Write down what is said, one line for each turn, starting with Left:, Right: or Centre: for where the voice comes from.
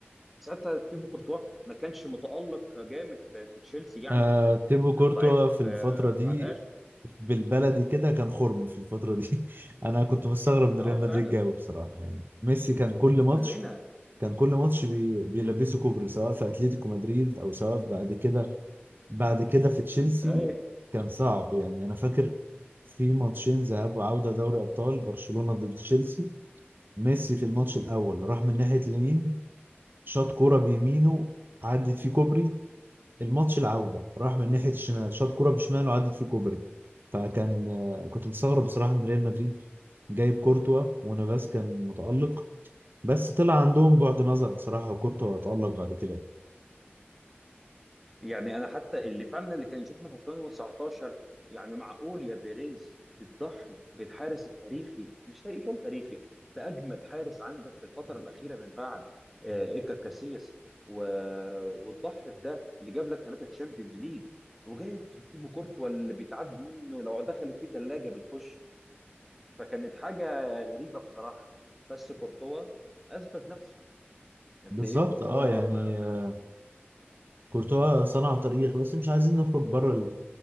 Centre: ساعتها تيبو كورتوا ما كانش متالق جامد في, في تشيلسي يعني
Right: آه
Centre: وكان
Right: تيبو
Centre: كان
Right: كورتوا
Centre: ضعيف
Right: في الفترة
Centre: آه،
Right: دي
Centre: على الاخر
Right: بالبلدي كده كان خرم في الفترة دي <laughs> أنا كنت مستغرب إن
Centre: اه
Right: ريال
Centre: فعلا
Right: مدريد جابه بصراحة يعني ميسي كان كل ماتش
Centre: كلنا
Right: كان كل ماتش بي بيلبسه كوبري سواء في أتلتيكو مدريد أو سواء بعد كده بعد كده في تشيلسي
Centre: <laughs>
Right: كان صعب يعني أنا فاكر في ماتشين ذهاب وعودة دوري أبطال برشلونة ضد تشيلسي ميسي في الماتش الأول راح من ناحية اليمين شاط كرة بيمينه عدت فيه كوبري الماتش العودة راح من ناحية الشمال شاط كرة بشماله وعدت في الكوبري فكان آه، كنت مستغرب بصراحة من ريال مدريد جايب كورتوا ونافاس كان متألق بس طلع عندهم بعد نظر بصراحة وكورتوا اتألق بعد كده
Centre: يعني انا حتى اللي فعلا اللي كان يشوفنا في 2019 يعني معقول يا بيريز بتضحي بالحارس التاريخي مش تاريخي شو تاريخي باجمد حارس عندك في الفتره الاخيره من بعد آه، ايكر كاسياس و... وتضحي بده اللي جاب لك ثلاثه تشامبيونز ليج وجايب تيبو كورتوا اللي بيتعد منه لو دخلت فيه ثلاجه بتخش فكانت حاجه غريبه بصراحه بس كورتوا اثبت نفسه قد
Right: بالظبط
Centre: ايه كورتوا
Right: اه يعني
Centre: ما... ما...
Right: آه، كورتوا صنع تاريخ بس مش عايزين نخرج بره ال-